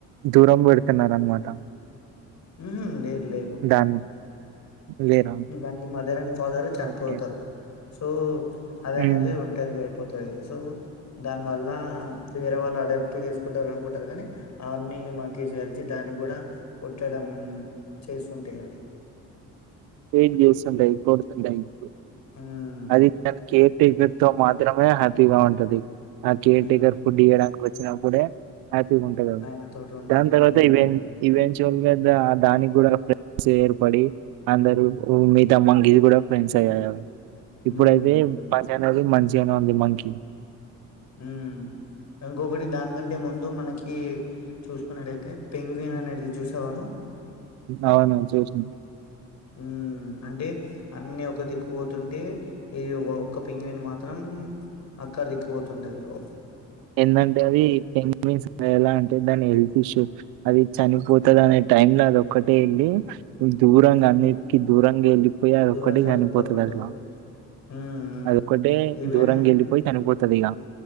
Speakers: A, on the right (about 80°); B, on the left (about 50°).
A: దూరం పెడుతున్నారు అనమాట
B: ఉహు లేరు లేరు
A: దాన్ని లేరా
B: దానికి మదర్ అండ్ ఫాదరు చనిపోతారు
A: ఓకే
B: సో అది
A: హ్మ్
B: అనేట్ది ఒంటరిగా అయిపోతది సో దాని వల్ల వేరే వాళ్ళు అడప్ట్ చెసుకుంటారు అనుకుంటారు కానీ అవన్నీ మంకిస్ కలిసి దానికి కూడా కొట్టడం చేస్ ఉంటయవి
A: వెయిట్ చేస్తుంటయి కొడుతుంటయ్ ఎప్పుడు
B: హ్మ్.
A: అది దాని కేర్ టెకర్ తో మాత్రమే హ్యాపీ గా ఉంటది ఆ కేర్
B: హ్మ్.
A: టేకర్ ఫుడ్ ఇయడానికొచ్ చిన్నప్పుడే హ్యాపీ గా ఉంటదది
B: ఆయనతోటి ఉంటది.
A: దాని తర్వాత
B: హ్మ్.
A: ఈవెంట్ ఈవెంట్ ట్యొంగడ్రా దానికి గూడాం సెర్పడి అందరు మీగితా మంగీస్ కూడా ఫ్రెండ్స్ అయ్యాయవన్
B: హ్మ్.
A: ఇప్పుడైతే పచగ్ అది మంచిగనే ఉంది మంకీ
B: ఉమ్ ఇంకొకటి దానికంటే ముందు మనకి చూసుకున్నట్టయితే పెంగ్విన్ అనేట్ది చూసావా నువ్
A: అవును చూసిన
B: ఉమ్ అంటే అన్ని ఒక్ ఒక్క దిక్కుపోతుంటే ఇది ఒక్క పెంగ్విన్ మాత్రం అక్కడ దిక్కు పోతుంటది ఒక్
A: ఎందంటే అది పెంగ్విన్స్ ఎలా అంటే దాన్ని ఫుష్ అది చనిపోతదనే టైం లో అది ఒక్కటే వెళ్ళి దూరంగా
B: హ్మ్.
A: అన్నిటికి దూరంగా వెళ్ళిపోయి అదొక్కటే
B: దూరంగా
A: చనిపోతదట్లా,
B: వెళ్ళిపోతుంటది. హ్మ్. హ్మ్.
A: అదొక్కటే
B: ఈవెన్
A: దూరంగా వెళ్ళిపోయి చనిపోత్ త్తదిగ